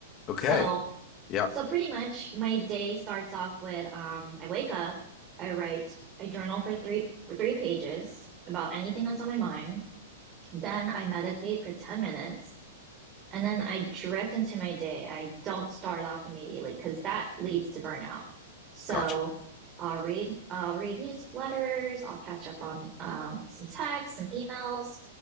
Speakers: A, on the left; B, on the right.
A: okay
B: So,
A: yeah
B: so pretty much my day starts off with, um, I wake up, I write, I journal for three, for three pages about anything that's on my mind. Then I meditate for 10 minutes. And then I drift into my day. I don't start off immediately because that leads to burnout. So
A: gotcha
B: I'll read I'll read newsletters, I'll catch up on um, some texts and emails,